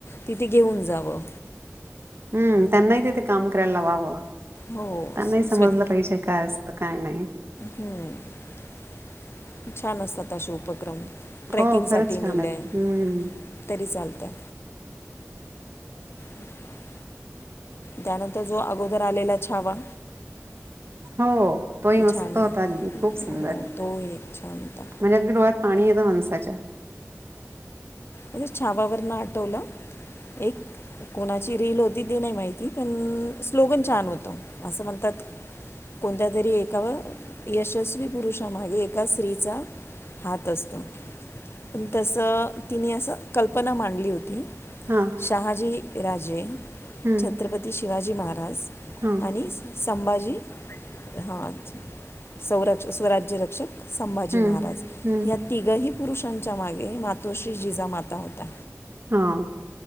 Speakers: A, on the left (about 50°); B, on the right (about 50°).
A: तिथे घेऊन जावं
B: हम्म त्यांनाही तिथे काम करायला लावावं
A: हो
B: त्यांनाही
A: स-
B: समजलं
A: स्वच्छ
B: पाहिजे काय असतं काय नाही
A: हम्म छान असत तशे उपक्रम ट्रेकिंगसाठी
B: हो खरंच छान
A: निलंय
B: आहेत. हम्म
A: तरी चालतय <unintelligible> त्यानंतर जो अगोदर आलेला छावा
B: ह <inaudible> हो तोही मस्त
A: छान आहे
B: होता अगदी खूप सुंदर
A: हो तोही एक छान होता
B: म्हणजे अगदी डोळ्यात पाणी येत मनसाच्या
A: म्ह छावावर न आटवलं एक- कोणाची रील होती ते नाही माहिती पण स्लोगन छान होत असं म्हणतात कोणत्या तरी एका व यशस्वी पुरुषामागे एका स्त्रीचा- हात असतो प तसं तिने असं कल्पना मांडली होती
B: हा
A: शहाजी राजे-
B: हम्म
A: छत्रपती शिवाजी महाराज
B: हा
A: आणि संभाजी हा सौरथ स्वराज्य रक्षक संभाजी
B: हम्म
A: महाराज
B: हम्म
A: या तिघही पुरुषां- च्या मागे मातोश्री जीचा माता होत्या
B: हा